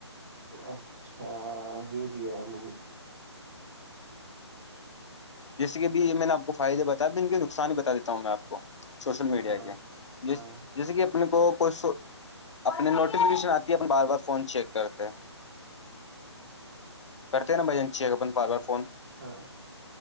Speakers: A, on the right; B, on the left.
A: اچھا یہ بھی ہے ہ ہ
B: جیس کہ بھی میں نےپ کو فائد بتایا ان کے نقصان بتا دیتا ہوں میں آپ کو سوشل میڈیا
A: ہاں
B: کے جس
A: ہاں
B: جیسے کہ اپنے کو کوئی اپنے نوٹیفیکیشن آتی ہے اپنا بار بار فون چیک کرتے ہیں کرتے ہے نا بھائی جان چیک اپن بار بار فون
A: ہاں